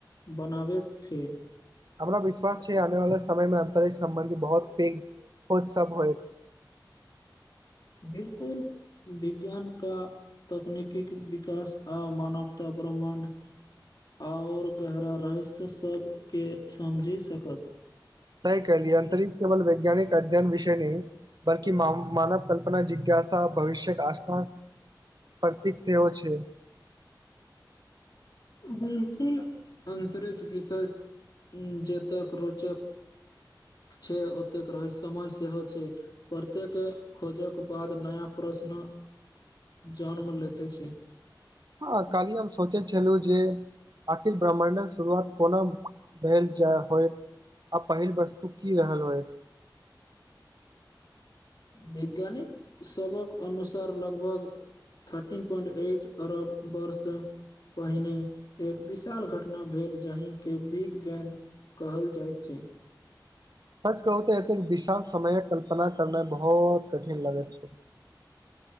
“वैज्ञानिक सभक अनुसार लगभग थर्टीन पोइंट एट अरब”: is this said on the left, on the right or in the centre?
Left